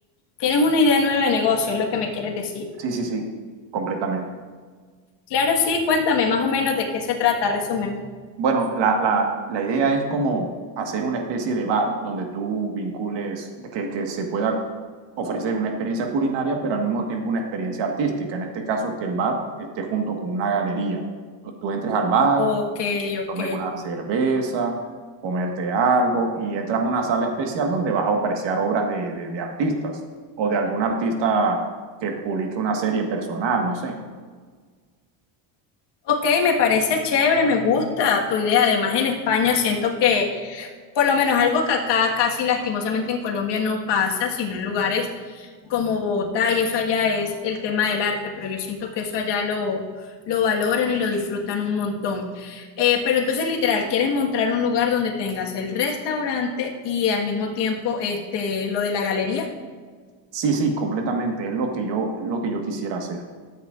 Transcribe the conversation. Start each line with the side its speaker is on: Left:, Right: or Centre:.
Left: tienes una idea nueva de negocio, es lo que me quieres decir.
Right: Sí, sí, sí, completamente.
Left: Claro, sí, cuéntame más o menos de qué se trata, resúmeme.
Right: Bueno, la, la, la idea es como hacer una especie de bar donde tú vincules, que, que se pueda ofrecer una experiencia culinaria, pero al mismo tiempo una experiencia artística. En este caso, que el bar esté junto con una galería. Entonces, tú entres al bar,
Left: Ok, ok.
Right: tomes una cerveza, comerte algo y entras a una sala especial donde vas a apreciar obras de, de, de artistas o de algún artista que publique una serie personal, no sé.
Left: Ok, me parece chévere, me gusta tu idea. Además, en España siento que por lo menos algo que acá casi lastimosamente en Colombia no pasa, sino en lugares como Bogotá y eso allá es el tema del arte, pero yo siento que eso allá lo, lo valoran y lo disfrutan un montón. Eh, pero entonces, literal, quieres mostrar un lugar donde tengas el restaurante y al mismo tiempo este, lo de la galería.
Right: Sí, sí, completamente. Es lo que yo, es lo que yo quisiera hacer.